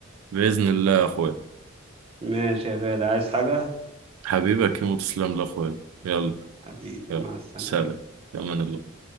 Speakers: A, on the right; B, on the right.
A: بإذن الله يا اخويا
B: ماشي يا غالي عايز حاجة
A: حبيبك يموت تسلم لي يا اخويا يلا
B: حبيبي
A: يلا
B: مع السلامة
A: سلام في امان الله